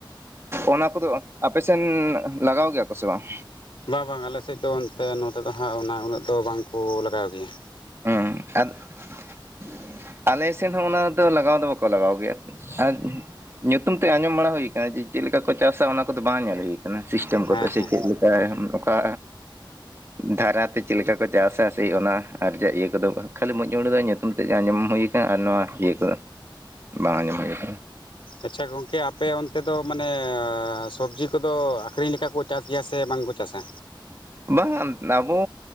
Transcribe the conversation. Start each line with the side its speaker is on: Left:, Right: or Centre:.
Right: ᱚᱱᱟ ᱠᱚᱫᱚ ᱟᱯᱮᱥᱮᱱ ᱞᱟᱜᱟᱣ ᱜᱮᱭᱟ ᱠᱚ? ᱠᱚᱥᱮ ᱵᱟᱝ?
Left: ᱵᱟᱝ ᱵᱟᱝ ᱟᱞᱮᱥᱮᱫ ᱫᱚ ᱚᱱᱛᱮ ᱱᱚᱛᱮ ᱫᱚ ᱦᱟᱸᱜ ᱚᱱᱟ ᱩᱱᱟᱹᱜ ᱫᱚ ᱵᱟᱝᱠᱚ ᱞᱟᱜᱟᱣ ᱜᱮᱭᱟ᱾
Right: ᱦᱩ <unintelligible> ᱟᱞᱮ ᱥᱮᱱ ᱦᱚᱸ ᱚᱱᱟ ᱫᱚ ᱞᱟᱜᱟᱣ ᱫᱚ ᱵᱟᱠᱚ ᱞᱟᱜᱟᱣ ᱜᱮᱭᱟ ᱟᱨ ᱧᱩᱛᱩᱢ ᱛᱮᱜ ᱟᱸᱡᱚᱢ ᱵᱟᱲᱟ ᱦᱩᱭ ᱟᱠᱟᱱᱟ ᱡᱮ ᱪᱮᱫ ᱞᱮᱠᱟ ᱠᱚ ᱪᱟᱥᱟ ᱚᱱᱟ ᱠᱚᱫᱚ ᱵᱟᱝ ᱧᱮᱞ ᱦᱩᱭ ᱠᱟᱱᱟ ᱥᱤᱥᱴᱮᱢ
Left: ᱦᱮᱸ
Right: ᱠᱚᱫᱚ ᱥᱮ
Left: ᱦᱮᱸ
Right: ᱪᱮᱫ ᱞᱮᱠ ᱠᱟ ᱚᱠᱟ ᱫᱷᱟᱨᱟ ᱛᱮ ᱪᱮᱫ ᱞᱮᱠᱟ ᱠᱚ ᱪᱟᱥᱟ ᱥᱮᱭ ᱚᱱᱟ ᱟᱨ ᱡᱟᱜ ᱤᱭᱟᱹ ᱠᱚᱫᱚ ᱠᱷᱟᱹᱞᱤ ᱢᱩᱡ ᱦᱩᱸᱰᱩ ᱫᱚ ᱧᱩᱛᱩᱢ ᱛᱮᱜ ᱡᱟ ᱟᱸᱡᱚᱢ ᱦᱩᱭᱩ ᱠᱟᱱᱟ ᱟᱨ ᱱᱚᱣᱟ ᱤᱭᱟᱹ ᱠᱚᱫᱚ ᱵᱟᱝ ᱟᱸᱡᱚᱢ ᱦᱩᱭ ᱟᱠᱟᱱᱟ ᱾
Left: ᱟᱪᱪᱷᱟ ᱜᱚᱝᱠᱮ ᱟᱯᱮ ᱚᱱᱛᱮ ᱫᱚ ᱢᱟᱱᱮ ᱥᱚᱵᱽᱡᱤ ᱠᱚᱫᱚ ᱟᱹᱠᱷᱨᱤᱧ ᱞᱮᱠᱟ ᱠᱩ ᱪᱟᱥ ᱜᱮᱭᱟ ᱥᱮ ᱵᱟᱝᱠᱚ ᱪᱟᱥᱟ?
Right: ᱵᱟᱝ ᱟᱵᱚ